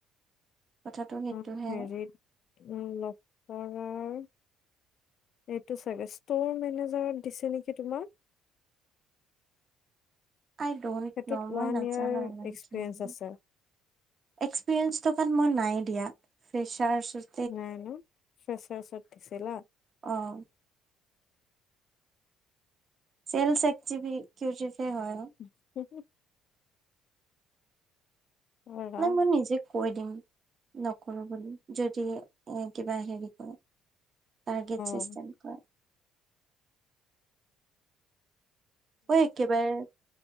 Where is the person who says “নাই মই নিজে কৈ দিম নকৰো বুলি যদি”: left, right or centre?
Right